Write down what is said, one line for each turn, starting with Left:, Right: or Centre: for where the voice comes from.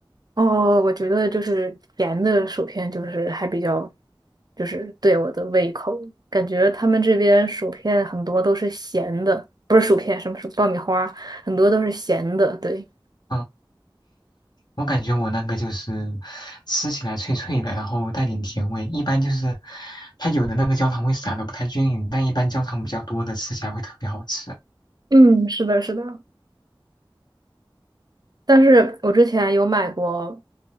Right: 哦，我觉得就是甜的薯片就是还比较，就是对我的胃口。感觉他们这边薯片很多都是咸的，不是薯片，什么是爆米花，很多都是咸的。对，
Left: 嗯我感觉我那个就是吃起来脆脆的，然后带点甜味。一般就是它有的那个焦糖会撒的不太均匀，但一般焦糖比较多的吃起来会特别好吃
Right: 嗯，是的，是的，但是我之前有买过